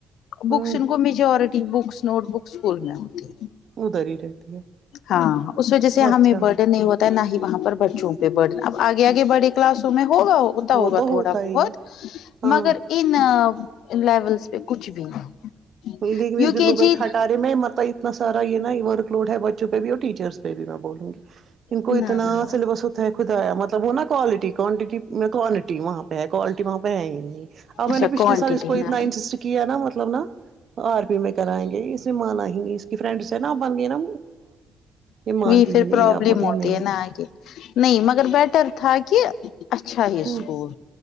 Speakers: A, on the left; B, on the right.
A: بکس
B: ہوں
A: ان کو majority books note book school میں ہوتی ہے
B: ادھر ہی رہتی
A: ہاں اس وجہ
B: ہے
A: سے
B: اچھا
A: ہمیں برٹن نہیں ہوتا نہ ہی وہاں پر بچوں پہ برڈن اب آگے آگے بڑے کلاسوں میں ہوگا ہو ہوتا
B: وہ
A: ہوگا
B: تو
A: تھوڑا
B: ہوتا
A: بہت
B: ہی ہے ہاں
A: مگر ان لیولس پہ کچھ بھی نہیں
B: نگوز
A: یو
B: باللو
A: کے
B: بل
A: جی
B: کٹارے میں مطلب اتنا سارا یہ نا ورک لوڈ ہے بچوں پہ بھی اور ٹیچرس پہ بھی نہ بولوں گی ان کو
A: نہ
B: اتنا
A: نہ
B: سلیبس ہوتا ہے خدایا مطلب وہ نا کوالٹی کوانٹٹی میں کوانٹی وہاں پہ ہے کوالٹی وہاں پہ ہے ہی نہیں اب
A: اچھا
B: میں نے پچھلے
A: کوانٹٹی
B: سال اس کو
A: نہ
B: اتنا انسسٹ کیا نا مطلب نا آر پی میں کرائیں گے اس مانا ہی نہیں اس کی فرینڈ سے ہے نا بند گے نا یہ مانتی
A: وہ پھر
B: ہی نہیں
A: پرابلم
B: آپ بولتے
A: ہوتی
B: ہیں میں نے
A: ہے نا آگے نہیں مگر بیٹر تھا کہ اچھا ہے اسکول
B: ہ